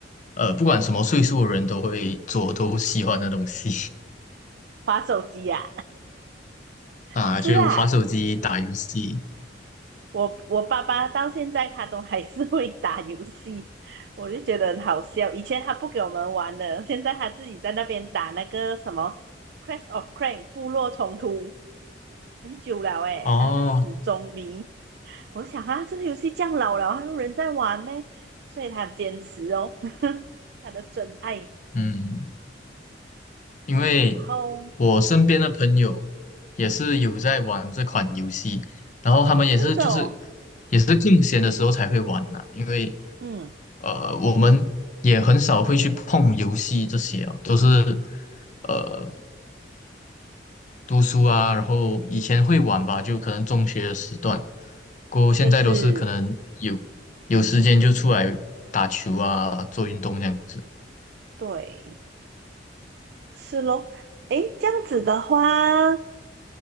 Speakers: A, on the left; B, on the right.
A: 呃，不管什么岁数的人都会做、都喜欢的东西
B: 划手机呀、
A: <laughs> 啊，
B: 是啦，
A: 就滑手机、打游戏。
B: 我我爸爸到现在他都还是会打游戏，我就觉得很好笑。以前他不给我们玩的，现在他自己在那边打那个什么《c r a s h of Clans》部落冲突，很久了诶，
A: 哦，
B: 他是死忠迷。我想啊，这个游戏这样老了，还有人在玩呗，所以他坚持哦，<laughs> 他的真爱，
A: 嗯，因为
B: 嗯，然后
A: 我身边的朋友也是有在玩这款游戏，然后他们也是就是
B: 真的哦，
A: 也是空闲的时候才会玩啊，因为
B: 嗯，
A: 呃，我们也很少会去碰游戏这些啊，都是呃读书啊，然后以前会玩吧，就可能中学的时段，过后现在都是可能有有时间就出来打球啊，
B: 是是，
A: 做运动这样子。
B: 对，是咯，诶，这样子的话，